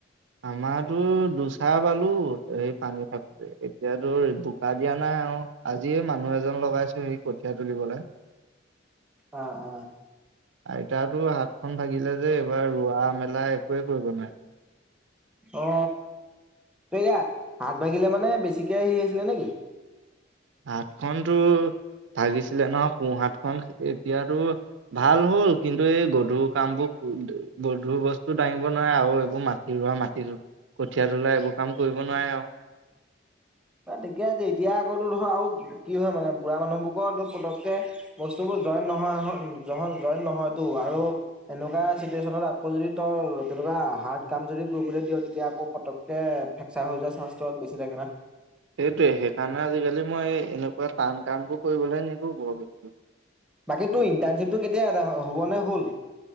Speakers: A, on the right; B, in the centre.
A: আমাৰতো দুচাহ বালো সেই পানী থাকোতে। এতিয়াতো বোকা দিয়া নাই আও আজিয়ে মানুহ এজন লগাইছো সি কঠীয়া তুলিবলৈ <inaudible>
B: অ', অ।
A: আইতাৰতো হাতখন ভাগিলে যে এইবাৰ ৰোৱা মেলা একোৱেই কৰিব নোৱাৰে
B: অ ত এতিয়া হাত ভাগিলে মানে বেছিকে হেৰি হৈছিলে নেকি
A: হাতখনটো ভাগিছিলে নহয় সোঁহাত খন এতিয়াতো ভাল হ'ল কিন্তু এই গধুৰ কামবোৰ গধুৰ বস্তু দাঙিব নোৱাৰে আৰু এইবোৰ মাটি ৰোৱা মাটিটো কঠীয়া তোলা এইবোৰ কাম কৰিব নোৱাৰে আৰু
B: ঠিকে আছে এতিয়া আকৌতো ধৰ আৰু কি হয় মানে বুঢ়া মানুহবোৰকৰো পতককে বস্তুবোৰ জইন নহয় নহয় জ জইন নহয়তো আৰু এনেকুৱা চিটুৱেচনত আকৌ যদি তই কিবা হাৰ্ড কাম যদি কৰিবলৈ দিয়ে। তেতিয়া আকৌ পটককে ফ্ৰেকচাৰ হৈ যোৱা চান্সটো বেছি থাকে না
A: সেইটোৱে সেইকাৰণে আজিকালি মই এনেকুৱা টান কামবোৰ কৰিবলৈ নিদিওঁ বৰ বেছি।
B: বাকী তোৰ ইন্টাৰণশ্বিপটো কেতিয়া আদায় হ'ব নে হ'ল